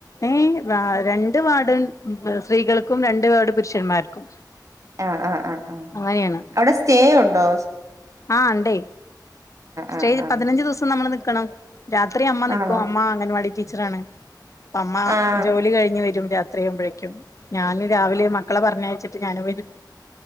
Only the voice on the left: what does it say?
ഏഹ് വാ രണ്ട് വാർഡൺ സ്ത്രീകൾക്കും രണ്ട് വാർഡ് പുരുഷന്മാർക്കും
അങ്ങനെയാണ്
ആഹ് ഇണ്ടേ സ്റ്റേ
പതിനഞ്ച് ദിവസം നമ്മള് നിക്കണം രാത്രി അമ്മ നിക്കും
അമ്മ അംഗൻവാടി ടീച്ചറാണ് അപ്പ അമ്മ
ജോലി കഴിഞ്ഞ് വെരും രാത് ത്രിയാവുമ്പഴേക്കും ഞാന് രാവിലെ മക്കളെ പറഞ്ഞയച്ചിട്ട് ഞാനും വെരും